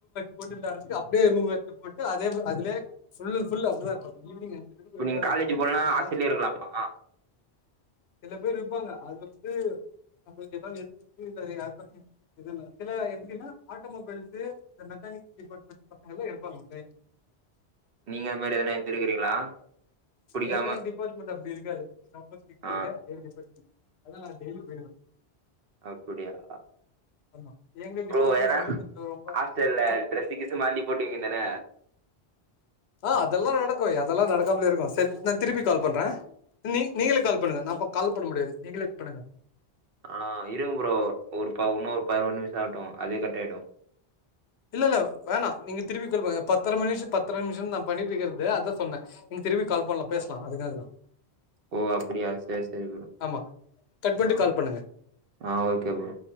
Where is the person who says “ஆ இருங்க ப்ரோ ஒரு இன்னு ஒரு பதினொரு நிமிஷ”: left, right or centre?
Right